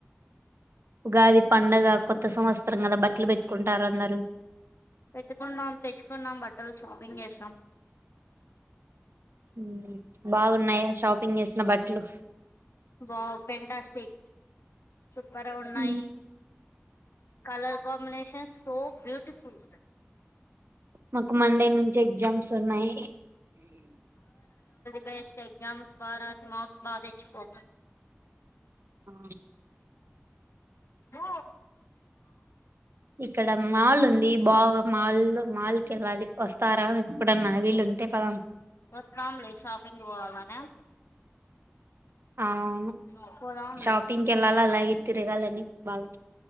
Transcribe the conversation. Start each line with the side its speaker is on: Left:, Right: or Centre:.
Right: ఉగాది పండగ కొత్త సంవత్సరం కదా బట్టలు పెట్టుకుంటారు అందరు
Left: పెట్టుకున్నాాం తెచ్చుకున్నాాం బట్టలు సొప్పింగ్ చేసాం
Right: మ్మ్ బాగున్నాయా షాపింగ్ చేసిన బట్టలు
Left: బా పింటాస్టిక్ సూపర్ ఉన్నాయి
Right: మ్మ్
Left: కలర్ కాంబినేషన్ సో బ్యూటిఫుల్
Right: మాకు మండే నుంచి ఎగ్జామ్స్ ఉన్నాయి
Left: బేస్డ్ ఎగ్జామ్స్ ద్వారా మార్క్స్ బాధచ్చుకో
Right: ఆ
Left: పో
Right: ఇక్కడ మాల్ ఉంది బాగా మాల్ మాళకెళ్ళాలి వస్తారా ఇప్పుడన్న వీలు అతే పతం
Left: వస్కంలీ షాపిింగ్ వాాలనే
Right: అవును
Left: అపోదంలే
Right: షాపింగ్ కి వెళ్ళాలి అలాగే తిరగాలని బాగా